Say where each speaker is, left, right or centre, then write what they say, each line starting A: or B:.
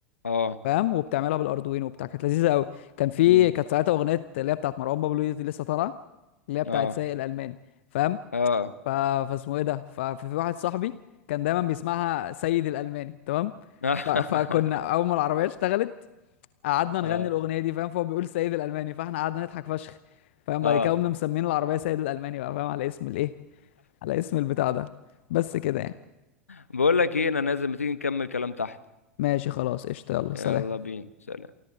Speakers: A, on the left (about 75°); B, on the left (about 55°).
A: اه
B: فاهم وبتعملها بالاردوينو وبتاع كانت لذيذه قوي كان في
A: امم
B: كانت ساعتها اغنيه اللي هي بتاعت مروان بابلو دي لسه طالعه اللي هي بتاعت
A: اه
B: سايق الالماني فاهم
A: اه
B: ف... فاسمه ايه ده ففي واحد صاحبي كان دايما بيسمعها سيد الالماني تمام
A: <laughs>
B: ف... فكنا اول ما العربيه اشتغلت قعدنا نغني
A: اه
B: الاغنيه دي فاهم فهو بيقول سيد الالماني فاحنا قعدنا نضحك فشخ فاهم
A: اه
B: بعد كده قمنا مسمين العربيه سيد الالماني بقى فاهم على اسم الايه على اسم البتاع ده بس كده يعني
A: بقول لك ايه انا نازل ما تيجي نكمل كلام تحت
B: ماشي خلاص قشطه يلا سلام
A: يلا بينا سلام